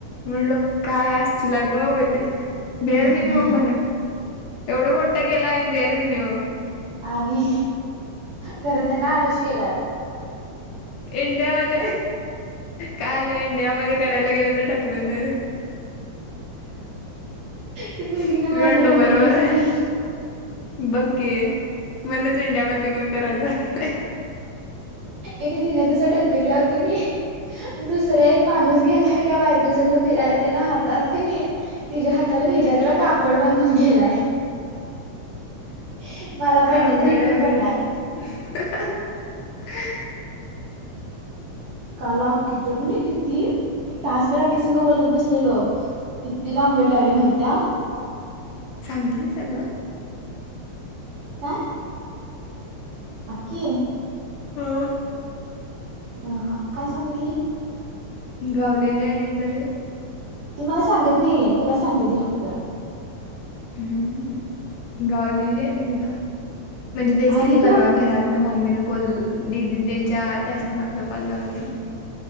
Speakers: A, on the left; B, on the right.
A: म लोक काय असतील ला ग बई बेअर
B: आहे
A: मिनिमम म्हणा एवढा मोठा केला आणि बेअर मिनिमम
B: आणि खरं त्यांना आरश केला
A: एड मत काल इंडियामध्येध्ये करायला गेलं तर ढकलून द
B: ती पोरगीन
A: मी
B: वरनं
A: म्हणलं
B: ढकलली
A: बरोबर
B: असती.
A: आहे. बघ की म्हणुनच इंडियामधले कोण कराय जात नाय
B: ए ते तीन तसं ढक ल्यावर कनी दुसरा एक माणूस गेलाय का बायकोस फिरायला त्यान हातात कनी तिच्या हाताला निजा आहे त्याला कापड बांधून गेलाय. <unintelligible>
A: अवघड
B: तर ही पण
A: आहे
B: पडणार.
A: बाई, <unintelligible>
B: काल अक्की तर कीनी किती, एक तासभर अक्की संग बोलत बसलेलो. किती लांबड लावली माहित्या,
A: सांगितली सगळं,
B: काय? अक्की,
A: हम,
B: अ हा काय सांगितली,
A: गावलेली आणि एकदा ते,
B: ती मला सांगत नाहीे, तुलाच सांगते ती फक्त,
A: हम्म. गावलेली आणि एकदा, म्हणजे तेच
B: आणि
A: कि ते
B: का
A: परवा घरातंन मम्मीन, कोल दिदीनं त्यांच्या, त्या समर्थला काॅल लावलेली.